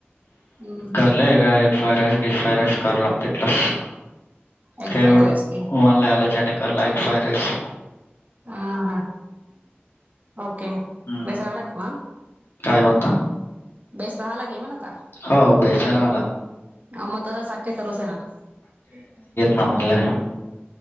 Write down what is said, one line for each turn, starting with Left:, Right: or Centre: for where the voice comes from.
Right: हम्म हम्म
Left: करल्या एगड एक फायरस गि फायरस करला तथलाच
Right: एग
Left: ते
Right: फ्राईड राईस की
Left: मला आलेचनेकर लाईक फार रेस
Right: ह हा ओके
Left: हम्म
Right: बेस राहला की मग
Left: काय म्हणता
Right: बेस राहाला के म्हण आता
Left: हो बेचारा आला.
Right: अ मग तस साखे सवस आहे ना
Left: आमला